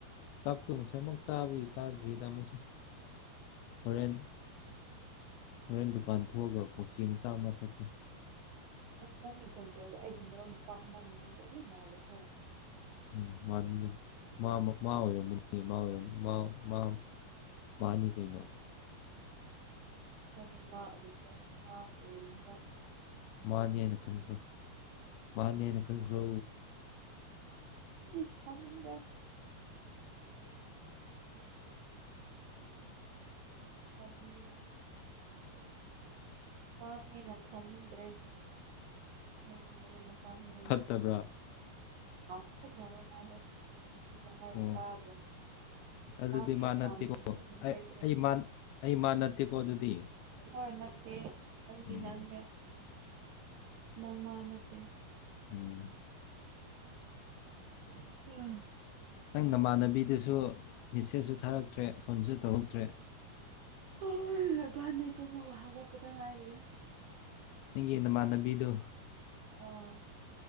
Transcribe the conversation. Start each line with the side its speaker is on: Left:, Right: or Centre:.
Left: ꯆꯥꯛꯇꯣ ꯉꯁꯥꯏꯃꯨꯛ ꯆꯥꯕꯒꯤ ꯆꯥꯗ꯭ꯔꯤꯗ ꯑꯃꯁꯨ ꯍꯣꯔꯦꯟ ꯍꯣꯔꯦꯟ ꯗꯨꯀꯥꯟ ꯊꯣꯛꯑꯒ ꯀꯣꯐꯤ ꯃꯆꯥ ꯑꯃ ꯊꯛꯀꯦ
Right: ꯑꯁ ꯅꯪꯉꯦ ꯈꯣꯟꯆꯦꯜꯗꯣ ꯑꯩꯗꯤ ꯃꯔ ꯅꯨꯄꯥ ꯑꯃꯒꯤ ꯈꯣꯟꯆꯦꯜ ꯌꯥꯝ ꯃꯥꯂꯦꯀꯣ
Left: ꯎꯝ ꯃꯥꯟꯕꯅꯦ ꯃꯥꯃ ꯃꯥ ꯑꯣꯏꯔꯝꯒꯅꯤ ꯃꯥꯑꯣꯏꯔꯝ ꯃꯥꯝ ꯃꯥꯝ ꯃꯥꯅꯤ ꯀꯩꯅꯣ
Right: ꯍꯅꯤ ꯃꯥ ꯑꯣꯏꯕ꯭ꯔꯥ ꯃꯥ ꯑꯣꯏꯕ꯭ꯔ ꯑꯣꯏꯗꯕ꯭ꯔ
Left: ꯃꯥꯅꯦꯅ ꯈꯟꯈ꯭ꯔꯣ ꯃꯥꯅꯦ ꯍꯥꯏꯅ ꯈꯟꯈ꯭ꯔꯣ
Right: ꯅꯦ ꯁꯠꯅꯤꯡꯗꯦ <inaudible> ꯈꯟꯅꯤꯡꯗꯦ ꯑꯩ ꯃꯥꯅꯦꯅ ꯈꯟꯅꯤꯡꯗ꯭ꯔꯦ ꯑꯩꯗꯤ ꯃꯔꯨꯞ ꯅꯨꯃꯄꯥꯗꯣ ꯌꯥꯝ
Left: ꯐꯠꯇꯕ꯭ꯔꯥ
Right: ꯉꯥꯎꯁ ꯉꯥꯎꯁꯤꯟꯅꯕ ꯃꯗꯣ ꯃꯤꯅ ꯍꯥꯏꯕ
Left: ꯑꯣ
Right: ꯇꯥꯗꯕ
Left: ꯑꯁ ꯑꯗꯨꯗꯤ
Right: ꯃꯥꯅ ꯍꯦꯛ
Left: ꯃꯥ ꯅꯠꯇꯦꯀꯣ
Right: ꯄꯥꯝꯃꯗꯤ ꯑꯗꯨꯝ ꯗ꯭ꯔꯦꯛ
Left: ꯑꯩ
Right: ꯗ꯭ꯔꯦꯛ
Left: ꯑꯩ ꯃꯥ ꯑꯩ ꯃꯥ ꯅꯠꯇꯦꯀꯣ ꯑꯗꯨꯗꯤ
Right: ꯍꯣꯏ ꯅꯠꯇꯦ ꯅꯪꯗꯤ
Left: ꯎꯝ
Right: ꯅꯪꯅꯦ ꯅꯪ ꯃꯥ ꯅꯠꯇꯦ
Left: ꯎꯝ
Right: <unintelligible>
Left: ꯅꯪ ꯅꯃꯥꯟꯅꯕꯤꯗꯨꯁꯨ ꯃꯦꯁꯦꯖꯁꯨ ꯊꯥꯔꯛꯇ꯭ꯔꯦ ꯐꯣꯟꯁꯨ ꯇꯧꯔꯛꯇ꯭ꯔꯦ
Right: ꯍꯣꯏ ꯏꯕꯥꯥꯟꯅꯦ ꯇꯨꯝꯃꯒ ꯍꯧꯒꯠꯄꯗ ꯉꯥꯏꯔꯤꯌꯦ
Left: ꯅꯪꯒꯤ ꯅꯃꯥꯟꯅꯕꯤꯗꯨ
Right: ꯑꯥ